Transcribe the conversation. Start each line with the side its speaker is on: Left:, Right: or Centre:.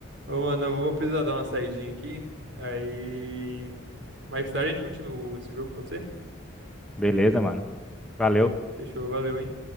Right: ô, mano, eu vou precisar dar uma saidinha aqui. Aí. Mais tarde a gente continua esse jogo, pode ser?
Centre: Beleza, mano. Valeu.
Right: Fechou, valeu, hein?